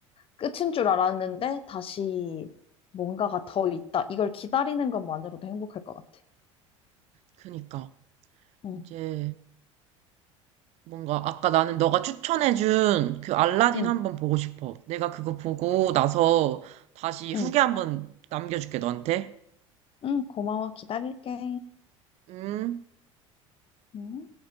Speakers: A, on the left; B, on the right.
A: 끝인 줄 알았는데 다시 뭔가가 더 있다. 이걸 기다리는 것만으로도 행복할 것 같아.
B: 그니까.
A: 응,
B: 이제 뭔가 아까 나는 너가 추천해준 그 알라딘
A: 응,
B: 한번 보고 싶어. 내가 그거 보고 나서 다시 후기
A: 응.
B: 한번 남겨줄게, 너한테.
A: 응, 고마워. 기다릴게.
B: 음.
A: 응?